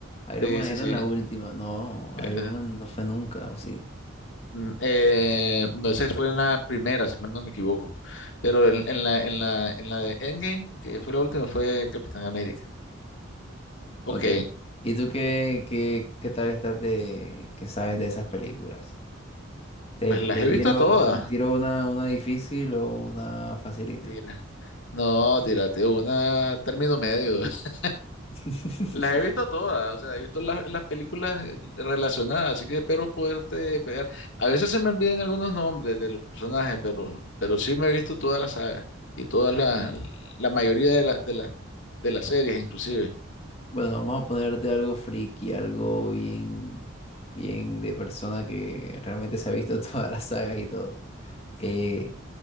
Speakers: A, on the left; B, on the left.
A: Iron
B: Sí,
A: Man
B: sí,
A: era
B: sí.
A: en la última. No,
B: Eh,
A: Iron Man no fue nunca, ¿o sí?
B: Mm, eh, no, esa fue en la primera, si mal no me equivoco. Pero en, en la, en la, en la de Endgame, que fue la última, fue Capitán América. Ok,
A: Ok. ¿Y tú qué, qué, qué tal estás de, qué sabes de esas películas? ¿Te,
B: pues
A: te
B: las he
A: tiro,
B: visto todas.
A: te tiro una, una difícil o una facilita?
B: Tira. No, tírate una término medio. <laughs>
A: <laughs>
B: Las he visto todas, o sea, he visto las, las películas eh, relacionadas, así que espero poderte pegar. A veces se me olvidan algunos nombres de los personajes, pero, pero sí me he visto toda la saga y toda la, la mayoría de, las de, las de las series, inclusive.
A: Bueno, vamos a ponerte algo friki, algo bien, bien de persona que realmente se ha visto <laughs> todas las sagas y todo. Eh,